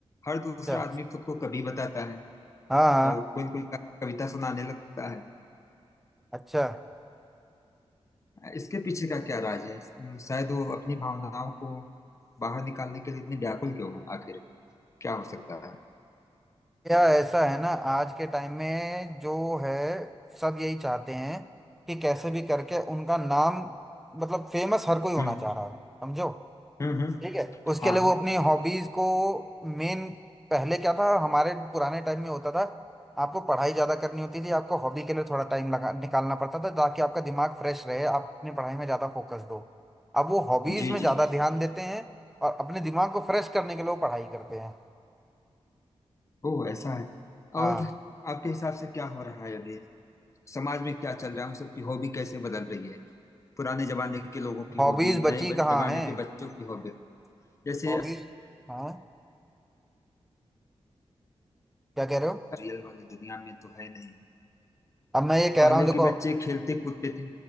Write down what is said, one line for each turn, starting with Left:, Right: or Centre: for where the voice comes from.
Left: हर दूसरा
Centre: अच्छा
Left: आदमी खुद को कवि बताता है
Centre: हाँ हाँ
Left: और कोई कोई कविता सुनाने लगता है
Centre: अच्छा
Left: इसके पीछे का क्या राज है हम्म, शायद वो अपनी भावनाओं को बाहर निकालने के लिए इतनी व्याकुल क्यों है आखिर क्या हो सकता है
Centre: या ऐसा है ना आज के टाइम में जो है सब यही चाहते हैं कि कैसे भी करके उनका नाम मतलब फेमस हर कोई होना
Left: हम्म
Centre: चाह रहा है समझो
Left: हम्म हम्म,
Centre: ठीक है उसके
Left: हाँ
Centre: लिए
Left: हाँ
Centre: वो अपनी हॉबीज को मेन पहले क्या था हमारे पुराने टाइम में होता था आपको पढ़ाई ज्यादा करनी होती थी आपको हॉबी के लिए थोड़ा टाइम लगा निकालना पड़ता था ताकि आपका दिमाग फ्रेश रहे आप अपनी पढ़ाई में ज्यादा फोकस दो अब वो हॉबीज
Left: जी
Centre: में ज्यादा
Left: जी
Centre: ध्यान देते हैं और अपने दिमाग को फ्रेश करने के लिए वो पढ़ाई करते हैं
Left: ओ ऐसा है
Centre: हाँ
Left: और आपके हिसाब से क्या हो रहा है अभी समाज में क्या चल रहा है उन सबकी हॉबी कैसे बदल रही है पुराने जमाने के लोगों की
Centre: हॉबीज
Left: हॉबी
Centre: बची
Left: नए ब-
Centre: कहाँ
Left: जमाने
Centre: हैं
Left: के बच्चों की हॉबी जैसे
Centre: हॉबीज हाँ क्या कह रहे हो
Left: रियल वाली दुनिया में तो है नहीं
Centre: अब मैं ये कह
Left: पहले
Centre: रहा हूँ देखो
Left: के बच्चे खेलते कूदते थे